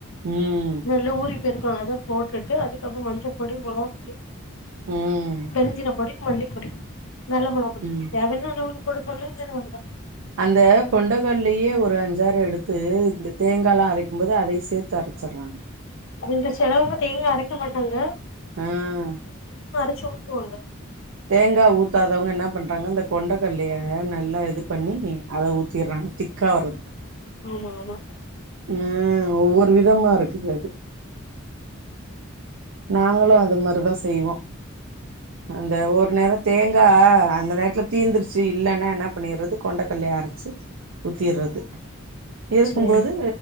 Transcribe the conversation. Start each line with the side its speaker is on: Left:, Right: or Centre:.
Right: ம்
Left: நல்லா ஊறி இருக்க அத போட்டுட்டு அதுக்கப்புறம் மஞ்சப் பொடி மிளகா பொடி
Right: உம்
Left: பெருஞ்சீரக பொடி மல்லிப்பொடி நல்ல மிளகாபொடி
Right: ம்
Left: தேவைனா இன்னு கொஞ்சோ பொடி உடனே ஜீரணமாகுதா
Right: அந்த கொண்டகள் யே ஒரு அஞ்சாரு எடுத்து இந்த தேங்கால்லா அரைக்கும்போது அதையு சேர்த்து அரைச்சிடறாங்க
Left: இங்க சிலவங்க தேங்கா அரைக்க மாட்டாங்க
Right: ஆஹ்
Left: சச்சு ஊத்துவாங்க
Right: தேங்கா ஊத்தாதவங்க என்ன பண்றாங்க இந்த கொண்டைக்கல்லய நல்லா இது பண்ணி அத ஊத்திர்றாங்க திக்கா வர்றதுக்கு
Left: ஆமா ஆமா
Right: உஹம் ஒவ்வொரு விதமா இருக்குது அது நாங்களு அது மாரிதா செய்வோ அந்த ஒரு நேரோ தேங்கா அந்த நேரத்துல தீந்துருச் சு இல்லைன்னா என்ன பண்ணிறது கொண்டக்கல்லய அரச்சு ஊத்திர்றது இருக்கும்போது
Left: சேரி